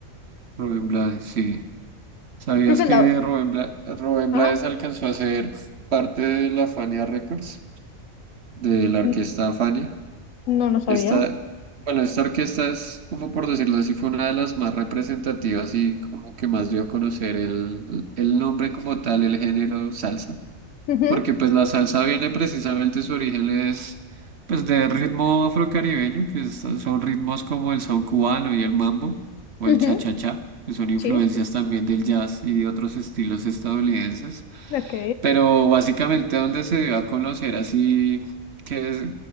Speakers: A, on the right (about 55°); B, on the left (about 75°).
A: Rubén Blades, sí. ¿Sabías
B: Creo que
A: que
B: es la.
A: Rubén, Bla- Rubén
B: Ajá.
A: Blades alcanzó a ser parte de la Fania Records, de la orquesta
B: N-
A: Fania?
B: No, no sabía.
A: Esta, bueno, esta orquesta es, como por decirlo así, fue una de las más representativas y como que más dio a conocer el, el nombre como tal, el género salsa.
B: Ujú,
A: porque pues la salsa viene precisamente, su origen es pues de ritmo afrocaribeño, que es- son ritmos como el son cubano y el mambo, o
B: ujú,
A: el cha-cha-cha, que son influencias
B: Sí,
A: también del jazz y de otros estilos estadounidenses,
B: ok.
A: pero básicamente donde se dio a conocer así que es-